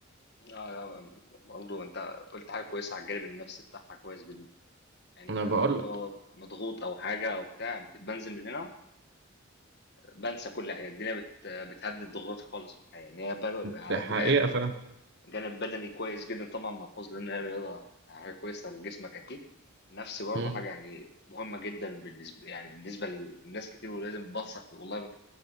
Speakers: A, on the left; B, on the right.
A: لا لا برضه انت قلت حاجه كويسه على الجانب النفسي بتاعها كويس جدا يعني
B: انا
A: انت بتبقى
B: بقول لك
A: مضغوط او حاجه او بتاع بت- بنزل من هنا بنسى كل حاجه الدنيا بت بتهدد ضغوطي خالص في الحياه يعني هي بدل على
B: ده
A: قد
B: حقيقة
A: ما هي
B: فاهم
A: جانب بدني كويس جدا طبعا ملحوظ لان هي رياضه حاجه كويسه لجسمك اكيد نفسي برضه
B: مم.
A: حاجه يعني مهمه جدا بالنسبه يعني بالنسبه لناس كتير ولازم بنصح والله ب-